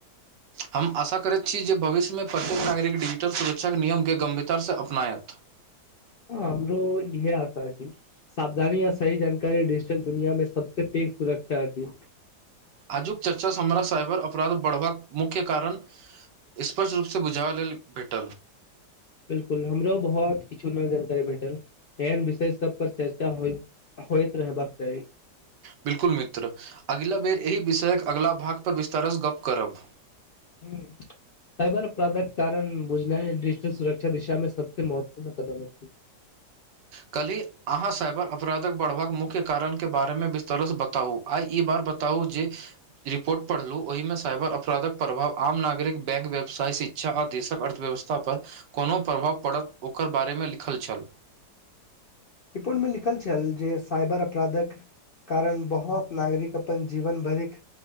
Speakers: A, on the right (about 80°); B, on the left (about 65°).
A: हम आशा करैत छी जे भविष्यमे प्रत्येक नागरिक डिजिटल सुरक्षाके नियमके गमभीरततासँ अपनायत
B: ह हमरो इहे आशा अछी सावधानी आ सही जानकारी दुनिया मे सबसँ पैघ सुर्षा छै
A: आजुक चर्चा समराह साइबर अपराध बढ़बाक मुख्य कारण स्पष्ट रूपसँ बुझाब लेल भेटल
B: बिलकुल हमरो बहुत किछु न जानकारी भेटल एहन विषय सब पर चर्चा हो होइत रहबाक चाही
A: बिल्कुल मित्र अगिला बेर एहि विषयक अगिला भागपर विस्तारसँ गप्प करब
B: हूं साईबर अपराधक कारण बुझना डिजिटल सुर्षा दिशा में सबसे महत्वपूर्ण कदम ह
A: कल्हि अहाँ साइबर अपराधक बढ़बाक मुख्य कारण के बारेमे विस्तारसँ बताउ आइ ई बार बताउ जे रिपोर्ट पढ़लहुँ ओहिमे साइबर अपराधक प्रभाव आम नागरिक बैंक व्यवसाय शिक्षा आ देशक अर्थव्यवस्था पर कोनो प्रभाव पड़त ओकर बारेमे लिखल छल
B: रिपोर्ट में लिखल छल जे साइबर अपराधक कारण बहुत नागरिक अपन जीवन भरिक